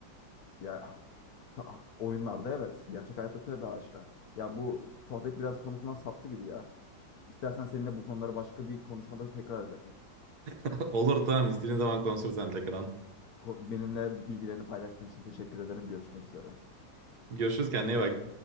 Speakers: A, on the left; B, on the right.
A: Ya ta- oyunlarda evet. Gerçek hayatta tövbe haşa. Ya bu sohbet biraz konusundan saptı gibi ya. İstersen seninle bu konuları başka bir konuşmada tekrar edelim.
B: <laughs> Olur tamam istediğin zaman konuşuruz sen tekrardan.
A: Ko- Benimle bilgilerini paylaştığın için teşekkür ederim. Görüşmek üzere.
B: Görüşürüz kendine iyi bak.